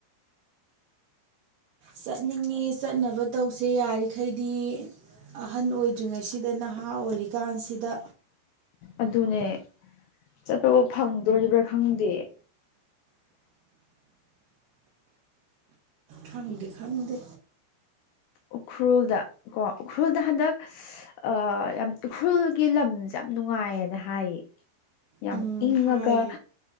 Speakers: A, on the right; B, on the left.
A: ꯆꯠꯅꯤꯡꯉꯦ ꯆꯠꯅꯕ ꯇꯧꯁꯦ ꯌꯥꯔꯤꯈꯩꯗꯤ ꯑꯍꯟ ꯑꯣꯏꯗ꯭ꯔꯤꯉꯩꯁꯤꯗ ꯅꯍꯥ ꯑꯣꯏꯔꯤꯀꯥꯟꯁꯤꯗ
B: ꯑꯗꯨꯅꯦ ꯆꯠꯄꯕꯨ ꯐꯪꯗꯣꯔꯤꯕ꯭ꯔꯥ ꯈꯪꯗꯦ
A: ꯈꯪꯗꯦ ꯈꯪꯗꯦ
B: ꯎꯈ꯭ꯔꯨꯜꯗ ꯀꯣ ꯎꯈ꯭ꯔꯨꯜꯗ ꯍꯟꯗꯛ ꯑ ꯌꯥꯝ ꯎꯈ꯭ꯔꯨꯜꯒꯤ ꯂꯝꯁꯦ ꯌꯥꯝ ꯅꯨꯡꯉꯥꯏꯌꯦꯅ ꯍꯥꯏꯌꯦ ꯌꯥꯝ
A: ꯎꯝ
B: ꯏꯪꯉꯥꯒ
A: ꯍꯥꯏꯌꯦ